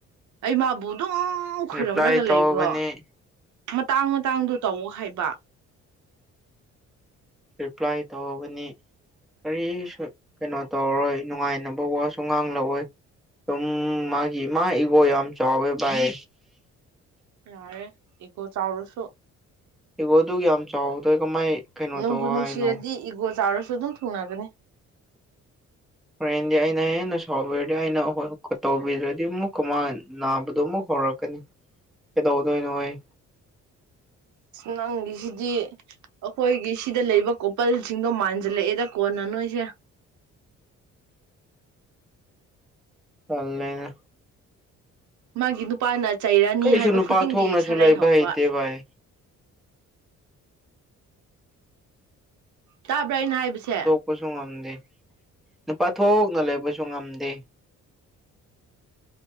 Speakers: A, on the right; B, in the centre.
A: ꯑꯩ ꯃꯥꯕꯨ ꯗꯨꯝ ꯈꯨꯔꯨꯝꯂꯒ
B: ꯔꯤꯄ꯭ꯂꯥꯏ ꯇꯧꯒꯅꯤ
A: ꯂꯩꯕ꯭ꯔꯣ ꯇꯥꯡ-ꯃꯇꯥꯡꯗꯣ ꯇꯧꯑꯣ ꯍꯥꯏꯕ
B: ꯔꯤꯄ꯭ꯂꯥꯏ ꯇꯧꯒꯅꯤ ꯀꯔꯤꯁꯨ ꯀꯩꯅꯣ ꯇꯧꯔꯔꯣꯏ ꯅꯨꯡꯉꯥꯏꯅꯕ ꯋꯥꯁꯨ ꯉꯥꯡꯂꯛꯑꯣꯏ ꯗꯨꯝ ꯃꯥꯒꯤ ꯃꯥ ꯏꯒꯣ ꯌꯥꯝ ꯆꯥꯎꯋꯦ ꯚꯥꯏ
A: ꯌꯥꯔꯦ ꯏꯒꯣ ꯆꯥꯎꯔꯁꯨ
B: ꯏꯒꯣ ꯗꯨꯛ ꯌꯥꯝ ꯆꯥꯎꯕꯗꯣ ꯑꯩ ꯀꯃꯥꯏ ꯀꯩꯅꯣ
A: ꯅꯨꯡꯕꯨ
B: ꯇꯧ
A: ꯅꯨꯡꯁꯤꯔꯗꯤ
B: ꯍꯥꯏꯅꯣ
A: ꯏꯒꯣ ꯆꯥꯎꯔꯁꯨ ꯑꯗꯨꯝ ꯊꯨꯡꯅꯒꯅꯤ
B: ꯍꯣꯔꯦꯟꯗꯤ ꯑꯩꯅ ꯍꯦꯟꯅ ꯁꯥꯎꯕꯤꯔꯗꯤ ꯑꯩꯅ ꯍꯣꯏ ꯇꯧꯕꯤꯗꯔ꯭ꯗꯤ ꯑꯃꯨꯛꯀ ꯃꯥꯟ ꯅꯥꯕꯗꯣ ꯑꯃꯨꯛ ꯍꯧꯔꯛꯀꯅꯤ ꯀꯩꯗꯧꯗꯣꯏꯅꯣ ꯑꯩ
A: ꯅꯪꯒꯤꯁꯤꯗꯤ ꯑꯩꯈꯣꯏꯒꯤ ꯁꯤꯗ ꯂꯩꯕ ꯀꯣꯄꯜꯁꯤꯡꯗꯣ ꯃꯥꯟꯖꯤꯜꯂꯛꯑꯦꯗ ꯀꯣꯟꯅ ꯅꯣꯏꯁꯦ
B: ꯇꯜꯂꯦꯅꯦ
A: ꯃꯥꯒꯤ ꯅꯨꯄꯥꯅ ꯆꯩꯔꯅꯤ
B: ꯀꯩꯁꯨ
A: ꯍꯥꯏꯕ
B: ꯅꯨꯄꯥ
A: ꯈꯨꯗꯤꯡꯒꯤ
B: ꯊꯣꯛꯅꯁꯨ
A: ꯁꯔꯩ
B: ꯂꯩꯕ
A: ꯍꯧꯕ
B: ꯍꯩꯇꯦ ꯚꯥꯏ
A: ꯇꯥꯕ꯭ꯔꯥ ꯑꯩꯅ ꯍꯥꯏꯕꯁꯦ
B: ꯈꯣꯏꯁꯨ ꯉꯝꯗꯦ ꯅꯨꯄꯥ ꯊꯣꯛꯅ ꯂꯩꯕꯁꯨ ꯉꯝꯗꯦ